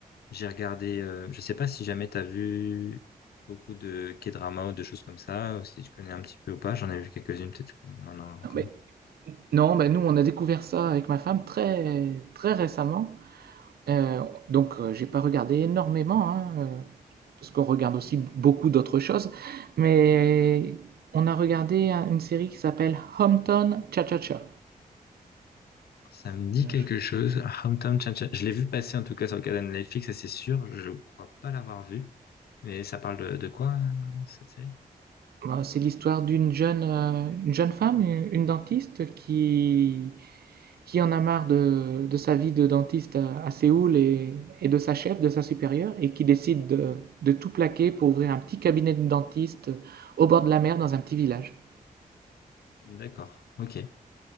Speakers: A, on the left; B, on the right.
A: J'ai regardé, euh, je sais pas si jamais t'as vu beaucoup de K-drama ou de choses comme ça, ou si tu connais un petit peu ou pas. J'en ai vu quelques-unes, peut-être qu'on en a,
B: Non,
A: comment?
B: mais, non, ben, nous, on a découvert ça avec ma femme très, très récemment. Euh, donc, euh, j'ai pas regardé énormément, hein, euh, parce qu'on regarde aussi beaucoup d'autres choses. Mais on a regardé un- une série qui s'appelle Hometown Cha-Cha-Cha.
A: Ça me dit
B: Alors,
A: quelque
B: je-
A: chose. Hometown Cha-Cha. Je l'ai vu passer en tout cas sur le canal Netflix, ça c'est sûr. Je crois pas l'avoir vu. Mais ça parle de, de quoi, euh, cette série?
B: bah, C'est l'histoire d'une jeune, euh, une jeune femme, une, une dentiste, qui, qui en a marre de, de sa vie de dentiste à, à Séoul et, et de sa chef, de sa supérieure, et qui décide de, de tout plaquer pour ouvrir un petit cabinet de dentiste au bord de la mer dans un petit village.
A: D'accord. Ok.